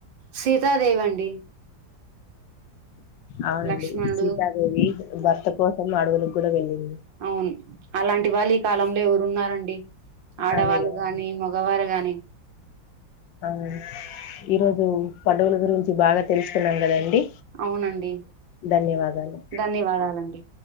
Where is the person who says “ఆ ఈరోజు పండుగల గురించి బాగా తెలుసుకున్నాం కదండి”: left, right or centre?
Left